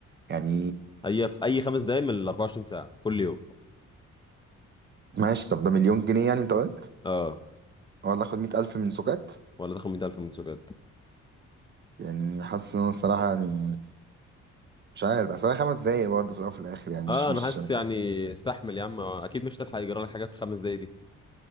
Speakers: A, on the right (about 35°); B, on the left (about 15°).
A: يعني
B: هي في اي خمس دقايق من ال 24 ساعة كل يوم
A: ماشي طب ده مليون جنيه يعني انت قلت
B: اه
A: ولا اخد مية ألف من سكات
B: ولا تاخد 100000 من سجاد
A: يعني حاسس ان انا الصراحة يعني مش عارف اصل هي خمس دقايق برضه في الأول وفي الآخر يعني
B: اه
A: مش مش
B: انا حاسس يعني استحمل يا عم آه، اكيد مش هتلحق يجرى لك حاجة في الخمس دقايق